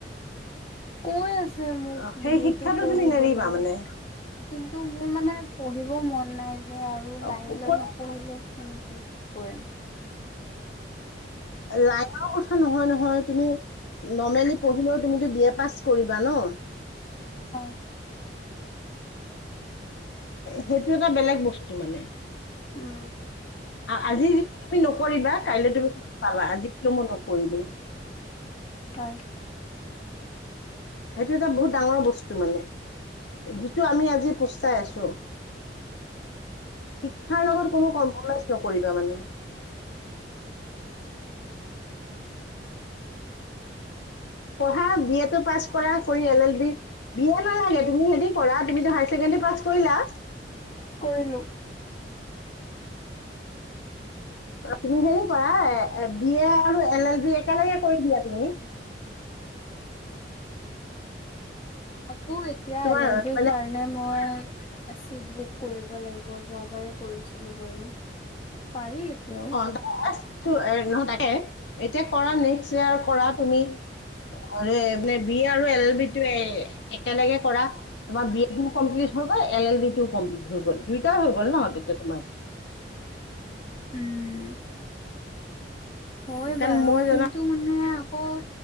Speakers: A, on the left; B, on the left.
A: কৈ আছে মোক
B: অ
A: বি
B: সেই শিক্ষাটো
A: এটো পঢ়িবলৈ।
B: তুমি নেৰিবা মানে
A: কিন্তু মোৰ মানে পঢ়িব মন নাই যে আৰু
B: অ,
A: লাইন
B: প-
A: লৈ
B: কৈ-
A: ন পঢ়িলে কেনেকৈ কৰিম।
B: লাইফৰ কথা নহয় নহয় তুমি নৰ্মেলি পঢ়িলেও তুমিতো বি এ পাছ কৰিবা ন।
A: হয়।
B: সেইটো এটা বেলেগ বস্তু মানে।
A: উম।
B: আজি যিতো তুমি নকৰিবা কাইলৈ তুমি পাবা আজি মই নকৰিলো।
A: হয়।
B: সেইটো এটা বহুত ডাঙৰ বস্তু মানে। যিটো আমি আজি পোস্তাই আছোঁ। শিক্ষাৰ লগত কোনো কম্প্ৰমাইজ নকৰিবা মানে পঢ়া বি এ ট পাছ কৰা কৰি এ ল বি, বি‌ এ নালাগে তুমি হেৰি কৰা তুমিতো হায়াৰ ছেকেণ্ডী পাছ কৰিলা
A: কৰিলো।
B: তুমি হেৰি কৰা বি এ আৰু এল এল বি একেলগে কৰি দিয়া তুমি
A: আকৌ এতিয়া
B: তোমাৰ
A: এল এলবি
B: মানে
A: কাৰণে মানে মই চিট বুক কৰিব লাগিব যোৱা বাৰে কৰিছিলো বাৰু। পাৰি এতিয়াও
B: নহ তাকে এতিয়া কৰা নেক্সট ইয়াৰ কৰা তুমি আৰু মানে বি আৰু এল এল বি টো একেলগে কৰা তোমাৰ বি এ ও কমপ্লিট হৈ গ'ল এল এলি ও কমপ্লিট হৈ গ'ল দুইটাই হৈ গ'ল ন তেতিয়া তোমাৰ
A: উম, হয়
B: কাৰণ
A: বাৰু
B: মই
A: কিন্তু টো মানে আকৌ